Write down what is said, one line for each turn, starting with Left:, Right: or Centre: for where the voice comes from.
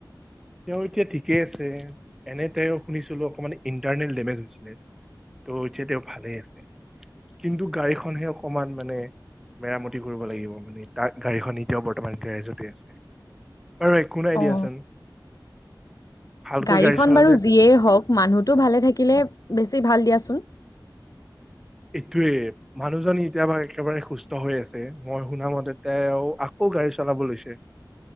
Centre: তেওঁ এতিয়া ঠিকেই আছে, এনে তেওঁ শুনিছিলো অকমান ইণ্টাৰ্নেল ডেমেজ হৈছিলে। ত' এতিয়া তেও ভালে আছে, কিন্তু গাড়ীখনহে অকমান মানে মেৰামতি কৰিব লাগিব মানে তাক গাড়ীখন এতিয়াও বৰ্তমান গেৰেজতে আছে। আৰু একো নাই দিয়াচোন।
Left: অ'।
Centre: ভালকৈ
Left: গাড়ীখন
Centre: গাড়ী চলালে
Left: বাৰু যিয়েই হওক, মানুহটো ভালে থাকিলে বেছি ভাল দিয়াচোন।
Centre: এইটোয়ে, মানুহজনী এতিয়াবা একেবাৰে সুস্থ হৈ আছে মই শুনামতে তেও আকৌ গাড়ী চলাব লৈছে,